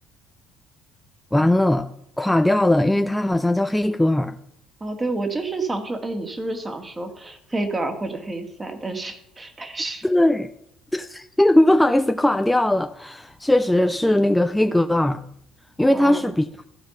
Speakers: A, in the centre; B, on the right.
A: 完了，垮掉了，因为他好像叫黑格尔。
B: 哦，对，我就是想说，哎，你是不是想说黑格尔或者黑塞？但是，<laughs> 但是，
A: 对，<laughs> 不好意思，垮掉了，确实是那个黑格尔，因为他是比较
B: 哦，